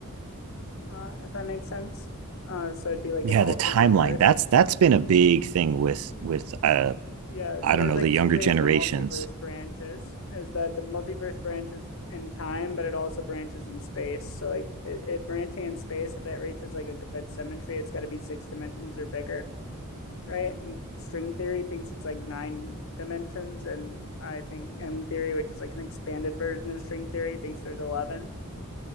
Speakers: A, on the left; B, on the right.
A: Uh, if that makes sense. Uh, so it'd be like
B: Yeah,
A: an alternate
B: the timeline.
A: Earth.
B: That's that's been a big thing with with uh
A: Yeah.
B: I
A: So
B: don't
A: there's
B: know
A: like
B: the younger
A: two ways
B: generations.
A: the multiverse branches is that the multiverse branches in time, but it also branches in space. So like it, it branching in space, if it reaches like a good symmetry, it's got to be six dimensions or bigger. right? And string theory thinks it's like nine dimensions, and I think M theory, which is like an expanded version of string theory, thinks there's eleven.